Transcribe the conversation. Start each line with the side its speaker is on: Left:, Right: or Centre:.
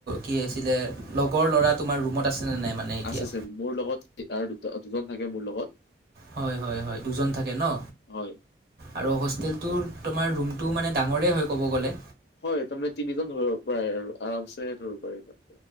Right: কি আছিলে লগৰ ল'ৰা- তোমাৰ ৰুমত আছে নে নাই মানে। এতিয়া
Left: আছে আছে মোৰ লগত আৰু দুটা দুজন থাকে মোৰ লগত।
Right: হয় হয় হয়, দুজন থাকে ন।
Left: হয়
Right: আৰু হোষ্টেলটোৰ তোমাৰ ৰুমটো মানে ডাঙৰেই হয় ক'ব গ'লে।
Left: হয় তাৰমানে তিনিজন ধৰিব পাৰে আৰু আৰামছে ধৰিব পাৰিব।